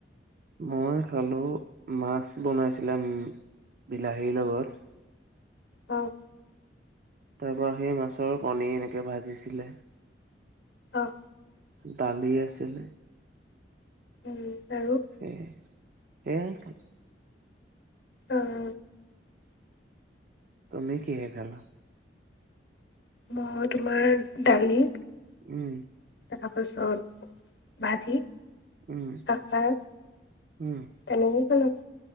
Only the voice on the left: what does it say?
অ'।
অ'।
উম আৰু?
অ'।
মই তোমাৰ দালি।
তাৰ পাছত ভাজি।
আছাৰ
তেনেকেই খালোঁ।